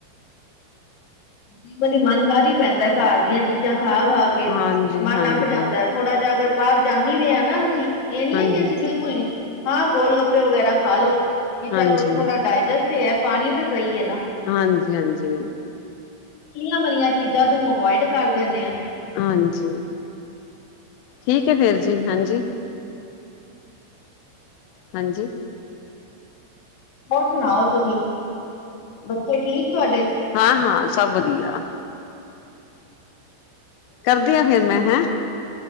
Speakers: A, on the left; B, on the left.
A: ਕ ਵਾਰੀ ਮਨ ਕਾਲੀ ਪੈਂਦਾ ਘਰ ਦੀਆਂ ਚੀਜ਼ਾਂ ਖਾ ਖਾ ਕੇ,
B: ਹਾਂਜੀ
A: ਮਨ
B: ਹਾਂਜੀ
A: ਅੱਕ ਜਾਂਦਾ। ਥੋੜਾ ਜਿਹਾ ਅਗਰ ਬਾਹਰ ਜਾਂਨੇ ਵੀ ਹਾਂ ਨਾ ਅਸੀਂ, ਏ ਨੀ
B: ਹਾਂਜੀ
A: ਹੈ ਕਿ ਅਸੀਂ ਬਿਲਕੁਲ ਬਿਲਕੁਲ ਨੀ, ਹਾਂ ਗੋਲ ਗੱਪੇ ਵਗੈਰਾ ਖਾ ਲੋ, ਕਿ
B: ਹਾਂਜੀ,
A: ਚੱਲ ਥੋ੍ਹਾ ਡਾਇਜਸਟ ਹੀ ਹੈ। ਪਾਣੀ ਤਾਂ ਸਹੀ ਹੈ ਨਾ।
B: ਹਾਂਜੀ, ਹਾਂਜੀ।
A: ਤਲੀਆਂ ਮਲੀਆਂ ਚੀਜ਼ਾਂ ਤੂੰ, ਅਵੋਇਡ ਕਰ ਦਿੰਦੇ ਆ।
B: ਹਾਂਜੀ, ਠੀਕ ਹੈ ਫਿਰ ਜੀ, ਹਾਂਜੀ। ਹਾਂਜੀ।
A: ਹੋਰ ਸੁਣਾਓ ਤੁਸੀਂ, ਬੱਚੇ ਠੀਕ ਤੁਹਾਡੇ।
B: ਹਾਂ, ਹਾਂ ਸਭ ਵਧੀਆ। ਕਰਦੀ ਆ ਫੇਿਰ ਮੈਂ, ਹੈਂ